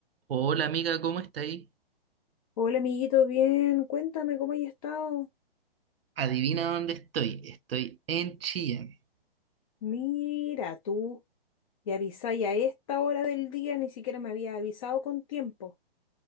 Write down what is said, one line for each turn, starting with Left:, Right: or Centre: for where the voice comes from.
Right: Hola amiga, ¿cómo está ahí?
Left: Hola amiguito, bien, cuéntame cómo has estado.
Right: Adivina dónde estoy. Estoy en Chillán.
Left: Mira, tú y avisáis a esta hora del día, ni siquiera me había avisado con tiempo.